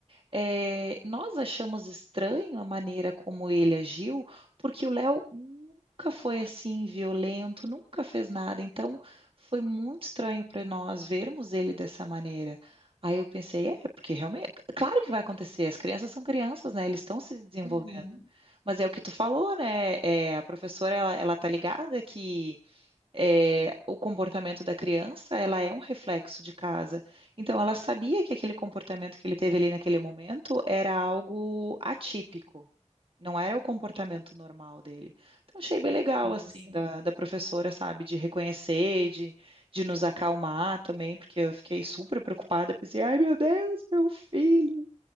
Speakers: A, on the right (about 45°); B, on the right (about 70°).
A: É, nós achamos estranho a maneira como ele agiu, porque o Léo nunca foi assim violento, nunca fez nada. Então, foi muito estranho para nós vermos ele dessa maneira. Aí eu pensei, é, porque realmente, claro que vai acontecer, as crianças são crianças, né? Eles estão se desenvolvendo.
B: uhum,
A: Mas é o que tu falou, né? É, a professora, ela, ela tá ligada que é, o comportamento da criança, ela é um reflexo de casa. Então, ela sabia que aquele comportamento que ele teve ali naquele momento era algo atípico, não era o comportamento normal dele. Então, achei bem legal,
B: sim,
A: assim,
B: sim.
A: da, da professora, sabe, de reconhecer, de, de nos acalmar também, porque eu fiquei super preocupada, pensei, ai, meu Deus, meu filho,